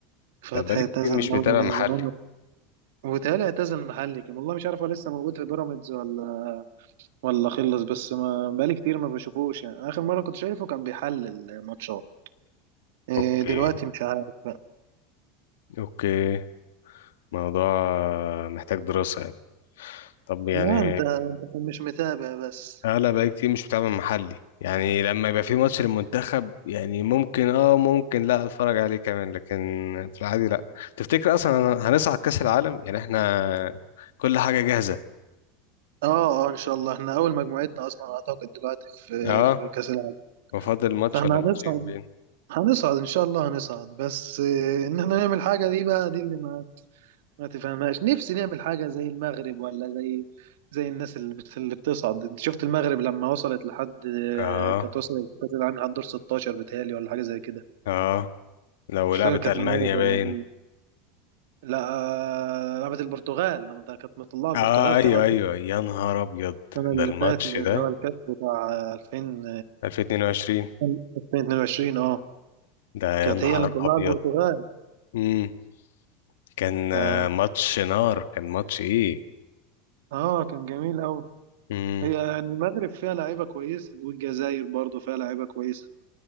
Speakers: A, on the right; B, on the left.
A: فتحي
B: ده بقالي
A: اعتزل
B: كتير مش
A: دوري
B: متابع
A: من
B: محلي
A: زمان وبيتهيألي اعتزل المحلي كان والله مش عارف هو لسه موجود في بيراميدز ولا ولا خلص بس ما بقالي كتير ما بشوفوش يعني اخر مره كنت شايفه كان بيحلل ماتشات إيه
B: اوكي
A: دلوقتي مش عارف بقى
B: اوكي موضوع محتاج دراسة يعني طب يعني
A: لا انت أنت مش متابع بس
B: انا بقى كتير مش بتابع محلي يعني لما يبقى في ماتش للمنتخب يعني ممكن اه ممكن لا اتفرج عليه كمان لكن في العادي لا تفتكر اصلا هن- هنصعد كأس العالم يعني احنا كل حاجة جاهزة
A: اه اه ان شاء الله احنا اول مجموعتنا اصلا اعتقد دلوقتي في
B: اه
A: في كاس العالم
B: وفاضل ماتش
A: فاحنا
B: ولا ماتشين
A: هنصعد
B: باين
A: هنصعد ان شاء الله هنصعد بس إيه ان احنا نعمل حاجه دي بقى دي اللي ما ما تفهمهاش نفسي نعمل حاجة زي المغرب ولا زي زي الناس اللي بت- اللي بتصعد انت شفت المغرب لما وصلت لحد
B: اه
A: كانت وصلت لكأس العالم لحد دور 16 بتهيألي ولا حاجة زي كده
B: اه لو
A: مش
B: لعبت
A: فاكر كانت
B: ألمانيا
A: المغرب ولا
B: باين
A: مين لا آه، لعبت البرتغال لما ده كانت مطلعة البرتغال
B: اه ايوه
A: كمان
B: ايوه يا نهار ابيض
A: السنة اللي
B: ده الماتش
A: فاتت اللي
B: ده
A: هو الكاس بتاع آه، 2000
B: 2022
A: 2022 اه
B: ده يا
A: كانت
B: نهار
A: هي اللي مطلعة
B: ابيض
A: البرتغال
B: امم كان
A: ف
B: آه، ماتش نار كان ماتش ايه
A: اه كان جميل قوي
B: امم
A: هي يعني المغرب فيها لعيبة كويسة والجزائر برضو فيها لعيبة كويسة